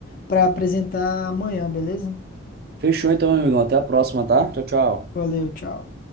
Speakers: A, on the left (about 50°); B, on the right (about 55°).
A: para apresentar amanhã, beleza?
B: Fechou então, meu amigão. Até a próxima, tá? Tchau, tchau.
A: Valeu, tchau.